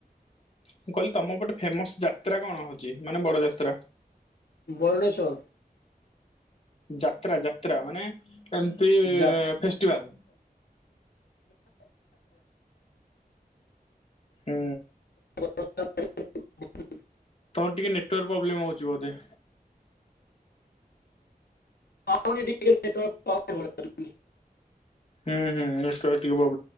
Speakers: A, on the left (about 40°); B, on the left (about 80°).
A: ମୁଁ କହିଲି ତମ ଏପଟେ ଫେମସ ଯାତ୍ରା କଣ ହଉ ଚି ମାନେ ବଡ ଯାତ୍ରା
B: ବରୁଣେଶ୍ଵର
A: ଯାତ୍ରା ଯାତ୍ରା ମାନେ। ଏମିତି
B: ଯା
A: ଫେଷ୍ଟିଭାଲ୍। ହୁଁ।
B: <inaudible>
A: ତମର ଟିକେ ନେଟୱାର୍କ ପ୍ରୋବ୍ଲେମ ହଉଚି ବୋଧେ?
B: ପାଉନି <inaudible> ନେଟୱର୍କ <inaudible>
A: ହୁଁ, ହୁଁ, ନେଟୱର୍କ ଟିକେ ରହୁ